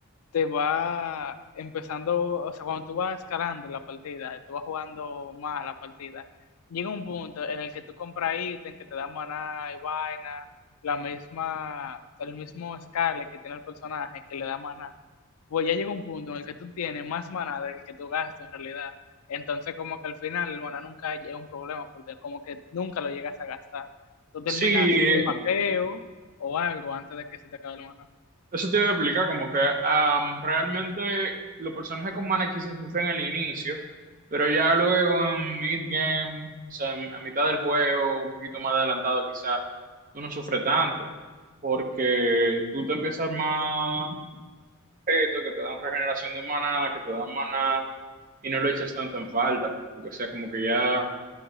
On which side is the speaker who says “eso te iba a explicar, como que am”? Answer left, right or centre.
Right